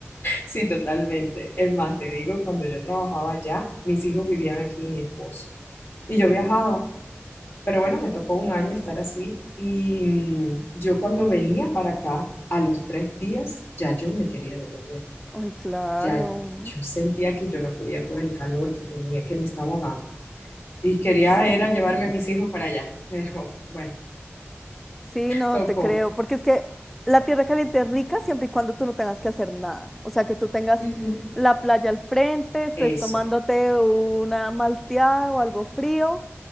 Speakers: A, on the left; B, in the centre.
A: Sí, totalmente. Es más, te digo, cuando yo trabajaba allá, mis hijos vivían aquí y mi esposo. Y yo viajaba. Pero bueno, me tocó un año estar así. Y mm, yo cuando venía para acá, a los tres días, ya yo me quería devolver.
B: Ay, claro,
A: Ya yo sentía que yo no podía con el calor que tenía, que me estaba ahogando. Y quería
B: sí,
A: era llevarme a mis hijos para allá. <laughs> Pero bueno,
B: sí, no,
A: tocó.
B: te creo, porque es que la tierra caliente es rica siempre y cuando tú no tengas que hacer nada, o sea, que tú tengas
A: Ujú.
B: la playa al frente, estés
A: Eso.
B: tomándote una malteada o algo frío